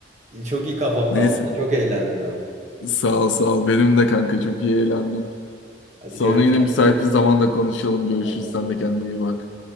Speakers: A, on the right; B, on the left.
A: Çok iyi kafamda
B: Neyse.
A: aldı. Çok eğlendim ben.
B: Sağ ol sağ ol. Benim de kanka çok iyi eğlendim.
A: Hadi
B: Sonra
A: görüşürüz
B: yine
A: kendine
B: müsait
A: iyi bak.
B: bir zamanda konuşalım. Görüşürüz.
A: Oynayalım.
B: Sen de kendine iyi bak.